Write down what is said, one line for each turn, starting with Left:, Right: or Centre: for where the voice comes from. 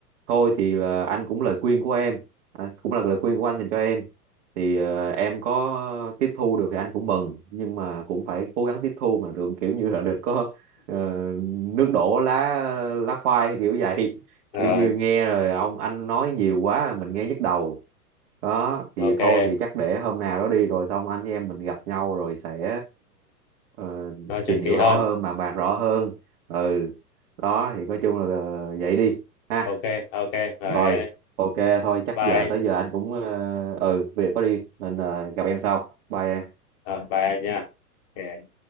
Right: thôi thì là anh cũng lời khuyên của em à, cũng là lời khuyên của anh dành cho em thì ờ, em có tiếp thu được thì anh cũng mừng nhưng mà cũng phải cố gắng tiếp thu mà đừng kiểu như là đừng có ờ, nước đổ lá lá khoai hay kiểu vậy <laughs>
Left: rồi
Right: kiểu như nghe rồi ông anh nói nhiều quá mình nghe nhức đầu đó
Left: ok
Right: thì thôi thì chắc để hôm nào đó đi rồi xong anh với em mình gặp nhau rồi sẽ ờ,
Left: nói chuyện
Right: tìm
Left: kỳ
Right: hiểu
Left: hơn
Right: rõ hơn bàn bạc rõ hơn ừ đó thì nói chung là ờ, vậy đi ha
Left: ok ok rồi
Right: rồi
Left: em-
Right: ok thôi chắc
Left: bye
Right: giờ tới giờ anh cũng ờ, ừ việc có đi nên là gặp em sau bye em
Left: rồi bye anh nha Ok.